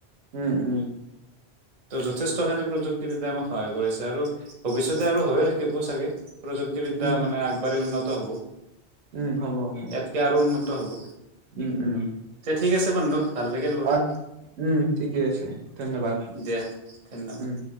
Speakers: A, on the right (about 80°); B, on the right (about 45°).
A: উম, উম।
B: ত' যথেষ্টখিনি প্ৰযুক্তিবিদ্যায় আমাক সহায় কৰিছে আৰু ভৱিষ্যতে আৰু হৈও থাকিব চাগে প্ৰযুক্তিবিদ্যা
A: উম
B: মানে আগবাঢ়ি উন্নত হ'ব।
A: উম, হ'ব।
B: ইয়াতকে আৰু উন্নত হ'ব
A: উম উম
B: তে ঠিক আছে বন্ধু। ভাল লাগিল বাৰু
A: অ উম ঠিকে আছে ধন্যবাদ।
B: দিয়া ধন্যবাদ।
A: উম